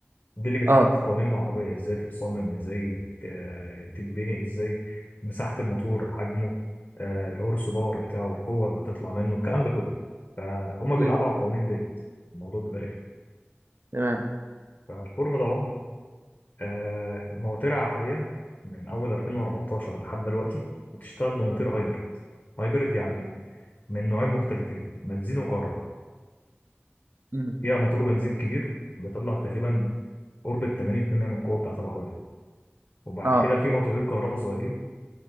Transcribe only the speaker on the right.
اه
مم.
تمام
مم.
اه